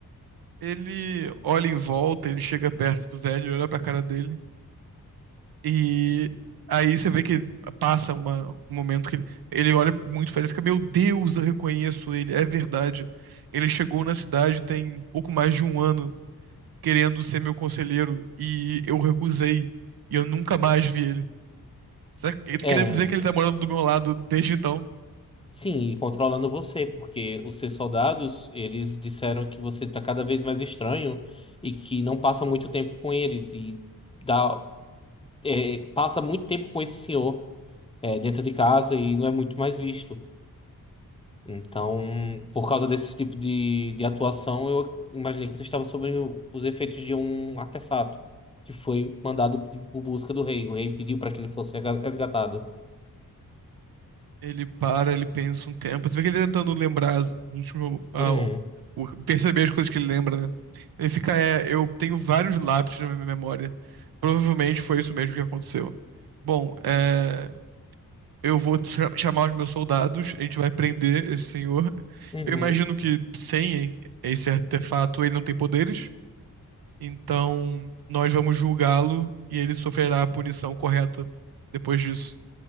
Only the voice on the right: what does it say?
Ele olha em volta, ele chega perto do velho, Ele olha pra cara dele, e aí você vê que passa uma- um momento que ele, ele olha muito pra ele e fica: Meu Deus, eu reconheço ele, é verdade. Ele chegou na cidade tem pouco mais de um ano. querendo ser meu conselheiro e eu recusei e eu nunca mais vi ele. Será que ele tá
querendo me dizer que ele tá morando do meu lado desde então?
Ele para, ele pensa um tempo. Você vê que ele tá tentando lembrar os últimos, ah,
o- o- perceber as coisas que ele lembra, né? Ele fica, é, eu tenho vários lapsos na minha memória. Provavelmente foi isso mesmo que aconteceu. Bom, é, eu vou cha- chamar os meus soldados, a gente vai prender esse senhor.
Eu imagino que sem esse artefato ele não tem poderes. Então, nós vamos julgá-lo e ele sofrerá a punição correta depois disso.